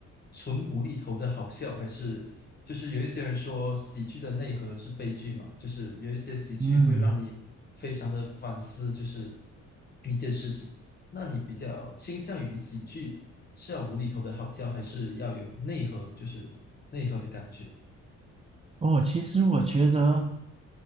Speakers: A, on the left (about 30°); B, on the right (about 20°).
A: 纯无厘头的好笑，还是就是有一些人说喜剧的内核是悲剧嘛？就是有一些喜剧会让你非常的反思，
B: 嗯。
A: 就是一件事情。那你比较倾向于喜剧是要无厘头的好笑，还是要有内核，就是内核的感觉？
B: 哦，其实我觉得，